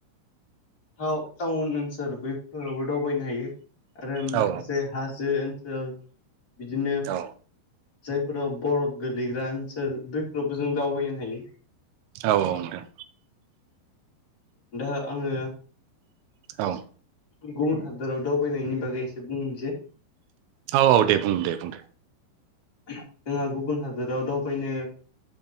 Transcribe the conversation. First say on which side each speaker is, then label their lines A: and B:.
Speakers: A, on the left (about 25°); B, on the right (about 85°).
A: थाउ थाउन ओनस फोर बैफोरावबो दावबायनो हायो आरो
B: औ
A: माखासे हाजो ओनसोल बिदिनो
B: औ
A: जायफोराव बरफ गोलैग्रा ओनसोल बैफोरावबो जों दावबायनो हायो
B: औ औ नोंथां
A: दा आङो
B: औ
A: गुबुन हादोराव दावबायनायनि बागै एसे बुंनोसै
B: औ औ दे बुं दे बुं दे
A: जोंहा गुबुन हादोराव दावबायनो